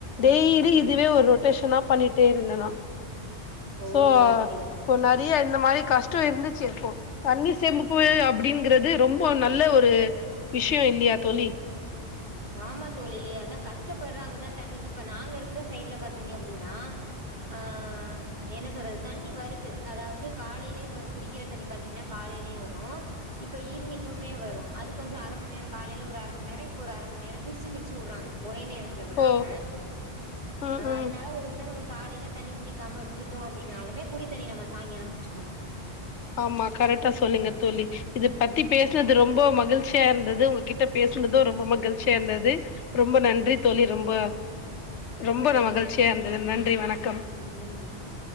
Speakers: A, on the left; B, on the right.
A: டெய்லி இதுவே
B: ம்
A: ஒரு ரொட்டேஷனா ஆப் பண்ணிட்டே இருந்தேனா
B: ஓ
A: சோ
B: ஓகே ஓகே
A: இப்போ நிறைய இந்த மாதிரி கஷ்டம் இருந்து ச்சு அப்போ தண்ணிர் சேமிப்பு அப்படிங்கிறது ரொம்ப நல்ல ஒரு விஷயம் இல்லையா தோழி
B: ஆமா தோழி அதான் கஷ்டப்படுறாங்க தான் தண்ணிக்கு இப்ப நா இருக்குற சைடுல பாத்தீங்க அப்படின்னா ஆஹ என்ன சொல்றது தண்ணி வருது அதாவுது காலையிலயும் வரும் குடிக்கிற தண்ணி பாத்தீங்கன்னா காலையிலயும் வரும் இப்ப ஈவனிங்குமே வரும் அது கொஞ்ச அரை மணிநேரம் காலையில ஒரு அரை மணி நேரம் இப்ப ஒரு அரை மணி நேர பிரிச்சு பிரிச்சு விடுறாங்க ஒரே நேரம் விடாம
A: ஓ ம் ம்
B: அதனால ஒரு விளை நமக்கு காலையில தண்ணி புடிக்காம விட்டுட்டோம் அப்படின்னாலுமே குடித்தண்ணி நம்ம சாய்ங்காலம் புடிச்சுக்கலாம்
A: ஆமா கரெக்டா சொல்லுங்க தோழி இதத பத்தி பேசினது ரொம்ப மகிழ்ச்சியா இருந்தது உங்ககிட்ட பேசுனதும் ரொம்ப மகிழ்ச்சியா இருந்தது ரொம்ப நன்றி தோழி ரொம்ப ரொம்ப
B: நன்றி
A: நல் மகிழ்ச்சியா
B: தோழி
A: இருந்தது நன்றி வணக்கம்
B: நன்றி தோழி